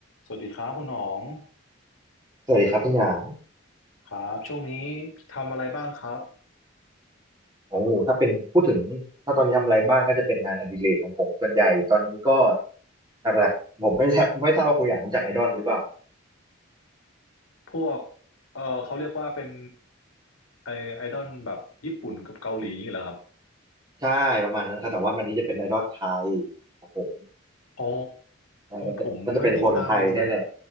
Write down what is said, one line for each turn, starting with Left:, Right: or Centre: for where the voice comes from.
Left: สวัสดีครับคุณหนอง
Right: สวัสดีครับคุณหยาง
Left: ครับช่วงนี้ทำอะไรบ้างครับ
Right: โอ้ถ้าเป็นพูดถึงถ้าตอนนี้ทำอะไรบ้างก็จะเป็นงานอดิเรกของผมส่วนใหญ่ตอนนี้ก็หลักๆผมไม่แทบไม่ทราบว่าคุณหยางรู้จักไอดอลหรือเปล่า
Left: พวกเออเขาเรียกว่าเป็นไอไอดอลแบบญี่ปุ่นกับเกาหลีนี่เหรอครับ
Right: ใช่ประมาณนั้นครับแต่ว่ามันนี้จะเป็นไอดอลไทยครับผม
Left: อ๋อ
Right: ใช่ก็จะก็จะเป็นคนไทยเนี่ยแหละ
Left: ผมไม่ได้ตามเลยอะ